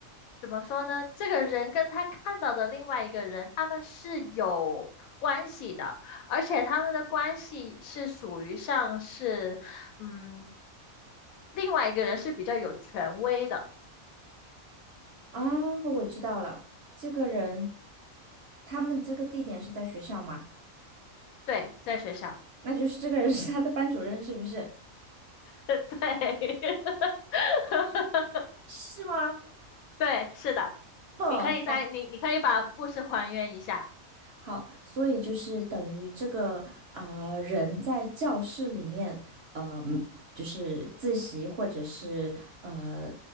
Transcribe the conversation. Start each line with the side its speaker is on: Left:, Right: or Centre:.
Left: 怎么说呢？这个人跟他看到的另外一个人，他们是有关系的，而且他们的关系是属于像是，嗯，另外一个人是比较有权威的。
Right: 啊，我知道了，这个人，他们这个地点是在学校吗？
Left: 对，在学校，
Right: 那就是这个人是他的班主任，是不是？
Left: <laughs> 对，<laughs>
Right: 是吗？
Left: 对，是的，
Right: 哼，
Left: 你可以在你你可以把故事还原一下。
Right: 好，好，所以就是等于这个呃人在教室里面，呃，嗯就是自习或者是呃，